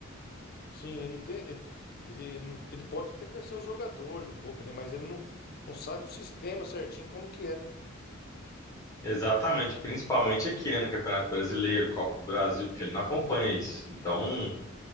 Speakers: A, on the left; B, on the left.
A: Sim, ele não tem. eh, Ele, não- ele pode até conhecer os jogadores um pouco, né? Mas ele não, não sabe o sistema certinho como que é, né?
B: Exatamente, principalmente aqui, né, no Campeonato Brasileiro, Copa do Brasil, porque ele não acompanha isso. Então,